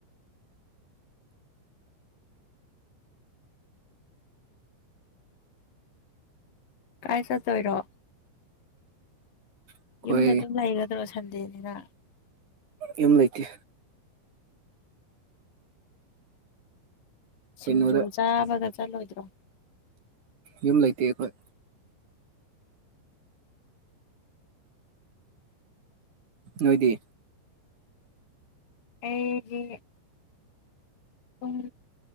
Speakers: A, on the left; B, on the right.
A: ꯀꯥꯏ ꯆꯠꯇꯣꯏꯔꯣ
B: ꯑꯩꯈꯣꯏ
A: ꯌꯨꯝꯗ ꯑꯗꯨꯝ ꯂꯩꯔꯗ꯭ꯔꯣ ꯁꯟꯗꯦꯅꯤꯅ
B: ꯌꯨꯝ ꯂꯩꯇꯦ
A: ꯁꯤꯡꯖꯨ
B: ꯀꯩꯅꯣꯗ
A: ꯆꯥꯕꯒ ꯆꯠꯂꯣꯏꯗ꯭ꯔꯣ
B: ꯌꯨꯝ ꯂꯩꯇꯦ ꯑꯩꯈꯣꯏ ꯅꯣꯏꯗꯤ
A: ꯑꯩꯒꯤ ꯌꯨꯝ